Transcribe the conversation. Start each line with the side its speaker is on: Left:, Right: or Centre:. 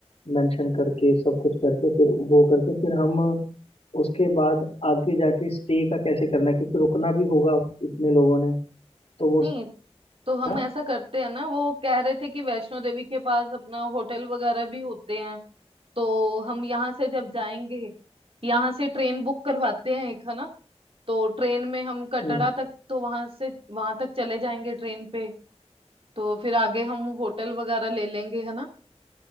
Left: मेंशन करके सब कुछ करके फिर वो करके फिर हम उसके बाद आगे जाके स्टे का कैसे करना है क्योंकि रुकना भी होगा इतने लोगों ने तो वो
Right: नहीं तो हम
Left: ना
Right: ऐसा करते हैं ना वो कह रहे थे कि वैष्णो देवी के पास अपना होटल वगैरह भी होते हैं तो हम यहाँ से जब जाएंगे यहाँ से ट्रेन बुक करवाते हैं एक है ना तो ट्रेन में हम कटरा
Left: हम्म,
Right: तक तो वहां से वहां तक चले जाएंगे ट्रेन पे तो फिर आगे हम होटल वगैरह ले लेंगे है ना